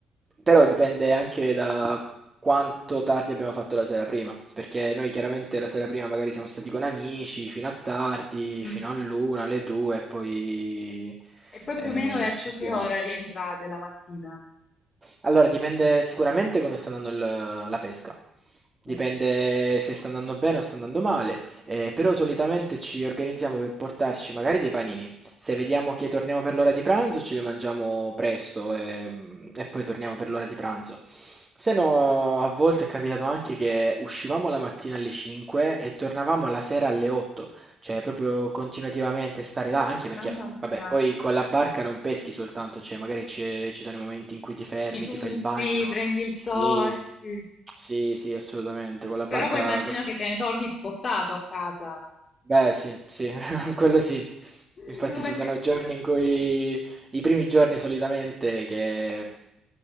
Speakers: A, on the right (about 25°); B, on the left (about 45°).
A: Però dipende anche da quanto tardi abbiamo fatto la sera prima, perché noi chiaramente la sera prima magari siamo stati con amici fino a tardi,
B: Mm.
A: fino all'una, alle due, e poi
B: E poi
A: eh,
B: più o meno verso
A: ci si
B: che
A: alza.
B: ora rientrate la mattina?
A: Allora, dipende sicuramente come sta andando il- la pesca. Dipende
B: Ok.
A: se sta andando bene o sta andando male, eh, però solitamente ci organizziamo per portarci magari dei panini. Se vediamo che torniamo per l'ora di pranzo, ce li mangiamo presto e, mm, e poi torniamo per l'ora di pranzo. Se no, a volte è capitato anche che uscivamo la mattina alle 5 e tornavamo la sera alle 8. Cioè proprio continuativamente stare là, anche perché,
B: Mamma mia,
A: vabbè, poi con la barca non peschi soltanto, cioè magari c'è- ci sono i momenti in cui ti fermi,
B: ti tuffi,
A: ti fai il bagno.
B: prendi il
A: Sì,
B: sole, sì.
A: sì, sì, assolutamente. Con la barca...
B: Però poi immagino
A: quest-
B: che te ne torni scottato a casa.
A: Beh, sì, sì, <laughs> quello sì.
B: <laughs>
A: Infatti
B: No, perché
A: ci sono
B: è successo.
A: giorni in cui, i primi giorni solitamente, che